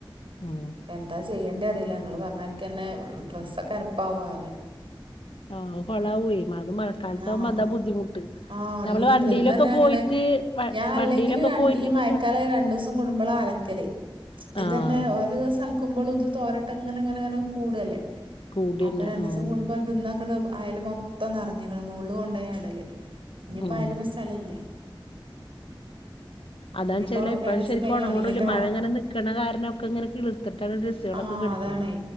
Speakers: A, on the left; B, on the right.
A: ഓഹ്
B: എന്താ ചെയ്യെണ്ട അറിയില്ല ങ്ങൾ പറഞ്ഞാരിക്കന്നെ ഡ്രസ്സൊക്കെ എരപ്പാവും ആകെ
A: ആഹ് കൊളാവേ അത് മഴക്കാലത്ത
B: ആഹ്
A: ആകുമ്പോ അതാ
B: ആഹ്
A: ബുദ്ധിമുട്ട്
B: ആഹ് ഒണങ്ങി
A: നമ്മള്
B: കിട്ടൂല
A: വണ്ടിയിലൊക്കെ
B: ഇന്നന്നെ ആക്കണേ
A: പോയിട്ട് വ
B: ഞാൻ
A: വണ്ടിയിലൊക്കെ
B: അല്ലെങ്കിലും
A: പോയിട്ട്
B: ഈ ഞാ
A: ഇങ്ങണ്ട്
B: മയക്കാലായി രണ്ടുസം കുടുംബള അലക്കല് ഇത്ന്നെ
A: ആഹ്
B: ഓരോ ദിവസ അലക്കുമ്പോള് ഇത് തോരട്ടങ്ങനെ ങ്ങനെ കൂടല്ലേ
A: കൂടിയന്നെ
B: അപ്പൊ രണ്ടു
A: ആഹ്
B: ദിവസം കൂടുമ്പോ പിന്നാക്ക അയല് മൊത്തം നെറഞ്ഞ്ക്കണ് മോള് കൊണ്ട ഇടല് ഞ്ഞിപ്പം
A: ഉം
B: അയ്ല്മ സ്ഥലല്ല
A: അതാച്ചാല്
B: ഇഞ്ഞിപ്പോ
A: ഇപ്പയ്
B: രണ്ടീസം
A: ശരിക്കും
B: കഴിഞ്ഞ്
A: ഒണങ്ങുണുല്ല
B: ഒണങ്ങീട്ട് വേണം
A: മഴ ഇങ്ങനെ നിക്ക്ണ കാരണം മക്കെ ഇങ്ങനെ കീളർത്തിട്ടാണ് തിസ് <unintelligible>
B: ആഹ് അതാണേ